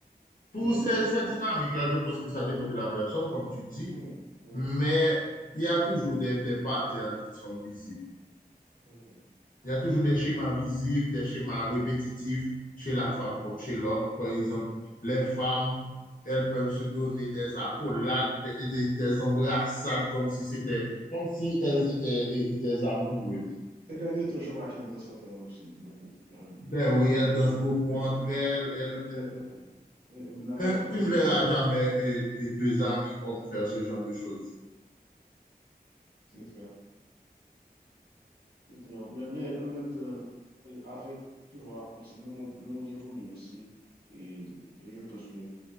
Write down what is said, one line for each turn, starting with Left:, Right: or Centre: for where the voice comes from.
Left: pour
Right: mais,
Left: ces-
Right: mais,
Left: cette
Right: mais
Left: dynamique-là, je pense que ça dépend de la personne, comme tu dis,
Right: oui, oui,
Left: mais il y a toujours des, des patterns qui sont visibles.
Right: mhm.
Left: Il y a toujours des schémas visibles, des schémas répétitifs chez la femme comme chez l'homme. Par exemple, les femmes, elles peuvent se donner des accolades, des, des- des embrassades comme si c'était, comme si elles étaient eh, des amoureuses.
Right: Ces derniers temps, je vois qu'elle danse entre elles aussi, beaucoup. Euh,
Left: Ben oui,
Right: Les
Left: elles dansent
Right: autres,
Left: beaucoup
Right: les-
Left: entre elles, elles,
Right: les-
Left: elles
Right: les- la,
Left: Hein,
Right: la plupart
Left: tu ne
Right: des
Left: verras jamais eh, eh, deux amis hommes faire ce genre de choses.
Right: c'est clair, c'est clair. Mais, mais en même temps, euh, avec, tu vois, comme si le monde, le monde évolue aussi. Et, et je pense que